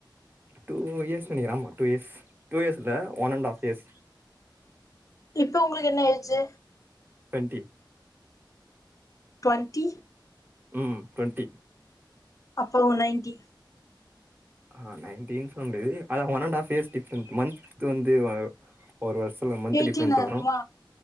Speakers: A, on the right; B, on the left.
A: டூ இயர்ஸ் நெனைக்கிறே ஆமா டூ இயர்ஸ் டூ இயர்ஸ் இல்ல ஒன் அண்ட் ஹாஃப் இயர்ஸ்
B: இப்ப உங்களுக்கு என்ன ஏஜு
A: டுவென்டி
B: டு்வன்ட்டி
A: ம் டுவென்டி
B: அப்போ நைன்டி
A: ஆ நைன்டி சொல்ல முடியாது அதா one and half years different month வந்து வ ஒரு வருசத்தில மந்த்
B: எயிட்டீனா
A: டிஃப்ரென்ட்ல
B: இருக்குமா
A: வரு